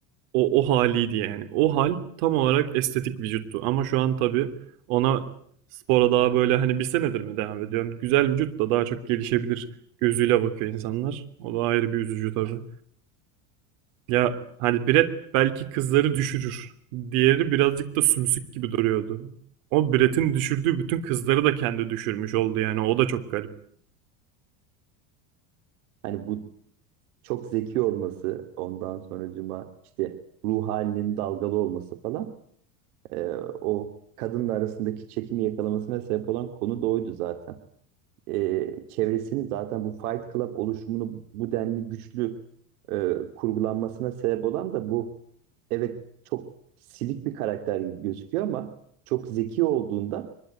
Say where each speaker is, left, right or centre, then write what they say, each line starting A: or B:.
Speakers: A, on the right (about 65°); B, on the right (about 80°).
A: o, o haliydi yani. O hal tam olarak estetik vücuttu. Ama şu an tabii ona spora daha böyle hani bir senedir mi devam ediyorum? Güzel vücut da daha çok gelişebilir gözüyle bakıyor insanlar. O da ayrı bir üzücü tabii. Ya hani Brett belki kızları düşürür. Diğeri birazcık da sümsük gibi duruyordu. O Brett'in düşürdüğü bütün kızları da kendi düşürmüş oldu yani. O da çok garip.
B: Hani bu çok zeki olması, ondan sonracıma işte ruh halinin dalgalı olması falan e, o kadınla arasındaki çekimi yakalamasına sebep olan konu da oydu zaten. E, çevresini zaten bu Fight Club oluşumunu bu denli güçlü e, kurgulanmasına sebep olan da bu evet çok silik bir karakter gibi gözüküyor ama çok zeki olduğunda